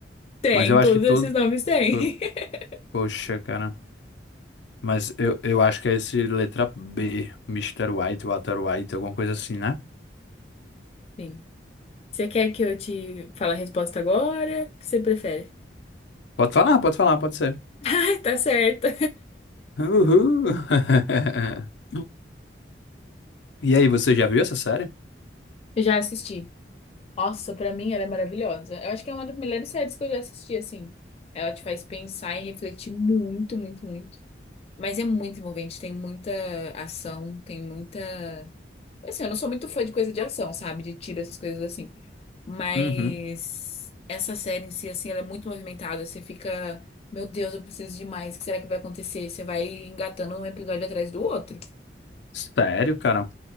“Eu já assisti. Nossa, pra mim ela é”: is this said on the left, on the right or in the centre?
Left